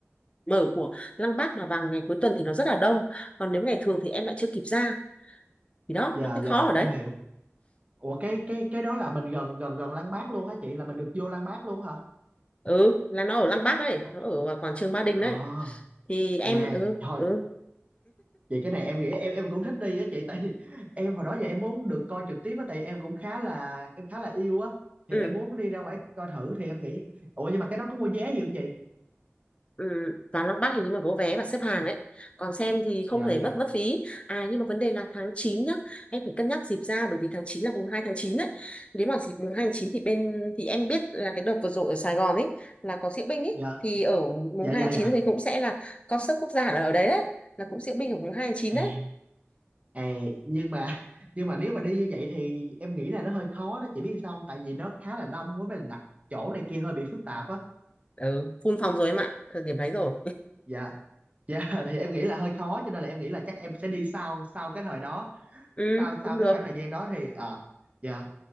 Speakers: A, on the left; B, on the right.
A: mở của Lăng Bác mà vào ngày cuối tuần thì nó rất là đông còn nếu ngày thường thì em lại chưa kịp ra thì đó
B: dạ
A: nó cái
B: dạ
A: khó ở đấy
B: em hiểu ủa cái cái cái đó là mình gần gần gần Lăng Bác luôn hả chị là mình được vô Lăng Bác luôn hả
A: ừ là nó ở Lăng Bác đấy
B: ờ
A: nó ở quảng trường Ba Đình
B: Ờ.
A: đấy thì
B: À
A: em ừ
B: thôi
A: ừ
B: vậy cái này em nghĩ em em cũng thích đi á chị tại vì <laughs> em hồi đó giờ em muốn được coi trực tiếp á tại em cũng khá là em khá là yêu á thì
A: ừ
B: em muốn đi ra ngoài coi thử thì em nghĩ ủa nhưng mà cái đó có mua vé gì không chị?
A: Ừ, vào Lăng bắc hình như mà có vé và xếp hàng đấy còn xem thì không
B: Dạ
A: thể
B: dạ
A: mất mất phí à nhưng mà vấn đề là tháng 9 nhá em phải cân nhắc dịp ra bởi vì tháng 9 là mùng 2 tháng 9 đấy nếu mà dịp mùng 2 tháng 9 thì bên thì em biết là cái đợt vừa rồi ở Sài Gòn ấy là có diễu binh ấy
B: dạ
A: thì ở mùng
B: dạ
A: 2
B: dạ
A: tháng
B: dạ.
A: 9 thì cũng sẽ là concert quốc gia là ở đấy đấy là cũng diễu binh ở mùng hai tháng 9
B: À,
A: đấy
B: à, nhưng mà <laughs> nhưng mà nếu mà đi như vậy thì em nghĩ là nó hơi khó đó chị biết sao không? Tại vì nó khá là đông quá với là đặt chỗ này kia hơi bị phức tạp á.
A: ừ, full phòng rồi em ạ thời điểm đấy rồi
B: Dạ. Dạ <laughs> thì em nghĩ là hơi khó cho nên là em nghĩ là chắc em sẽ đi sau sau cái thời đó,
A: <laughs> ừ
B: sau
A: cũng
B: sau cái
A: được
B: khoảng thời gian đó thì ờ dạ